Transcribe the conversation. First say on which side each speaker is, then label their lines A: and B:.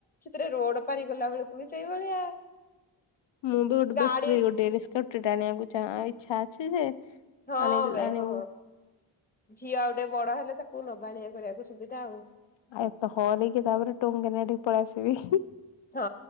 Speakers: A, on the left (about 20°); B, on the left (about 65°).
A: ସେଥିରେ ରୋଡ ପାରିଗଲା ବେଳକୁ ବି ସେଇଭଳିଆ
B: ମୁଁ ବି ଗୋଟେ
A: ଗାଡି
B: ବେଟରୀ ଗୋଟେସ୍କଟି ଆଣିବାକୁ ଇଚ୍ଛା ଇଚ୍ଛା ଅଛି ଯେ
A: ହଁ
B: ଆଣି
A: ଭାଇ
B: ଆଣିବୁ
A: ହଁ ଝିଅ ଆଉ ଟେ ବଡ ହେଲେ ତାକୁ ନବାଣଆ କରିବାକୁ ସୁବିଧା ଆଉ
B: ଆଉ ଏତ ହର ହେଇକି ତାପରେ ଟଙ୍ଗେନା ଟିକ ପଳେଇ ଆସିବି
A: ହଁ